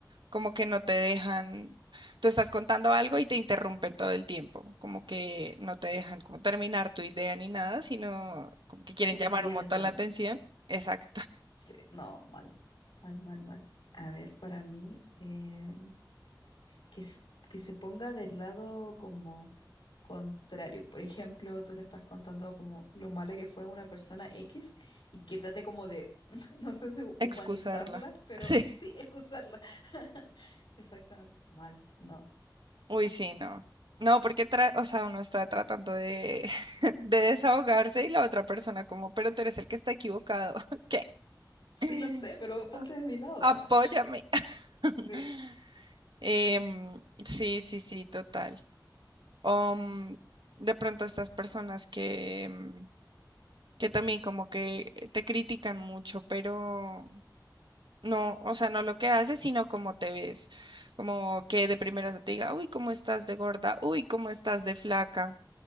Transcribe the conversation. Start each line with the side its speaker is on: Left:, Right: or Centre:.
Right: como que no te dejan, tú estás contando algo y te interrumpen todo el tiempo, como que no te dejan como terminar tu idea ni nada, sino como que quieren
Left: Y desvían
Right: llamar un montón
Left: el tema.
Right: la atención. Exacto,
Left: Sí, no, mal. Mal, mal, mal. A ver, para mí, eh, que, se- que se ponga del lado como contrario. Por ejemplo, tú le estás contando como lo mala que fue una persona X y que trate como de, <laughs> no sé si
Right: <laughs> excusarla.
Left: humanizarla, pero
Right: Sí.
Left: <laughs> sí, excusarla. <laughs> Exactamente, mal, no.
Right: Uy, sí, no. No, porque tra- o sea, uno está tratando de, <laughs> de desahogarse y la otra persona como, pero tú eres el que está equivocado. <laughs> ¿Qué?
Left: Sí
Right: <laughs>
Left: lo sé, pero ponte de mi lado.
Right: Apóyame.
Left: <laughs>
Right: <laughs>
Left: Sí.
Right: Em, sí, sí, sí, total. Um, de pronto estas personas que, em, que también como que te critican mucho, pero no, o sea, no lo que haces, sino cómo te ves. Como que de primeras te diga, uy, cómo estás de gorda, uy, cómo estás de flaca.